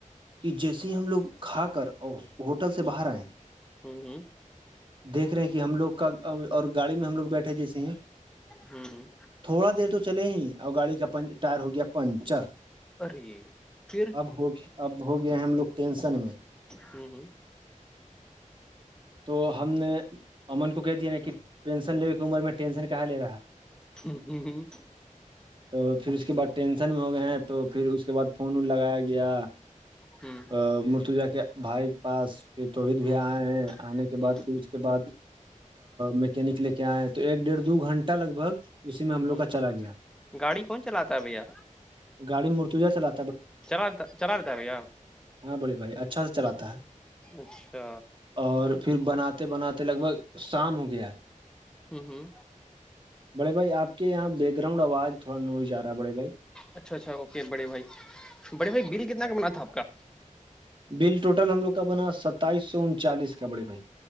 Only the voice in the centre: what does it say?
ہوں ہوں
ہوں ہوں
ارے پھر
ہوں ہوں
ہوں ہوں ہ
ہوں
ہوں
ہوں
ہوں
گاڑی کون چلاتا ہے بھیا
چرتا چر دیتا ہے بھیا
اچھا
ہوں ہوں
اچھا اچھا اوکے بڑے بھائی بڑے بھائی بل کتنا کا منناا تھا آپ کا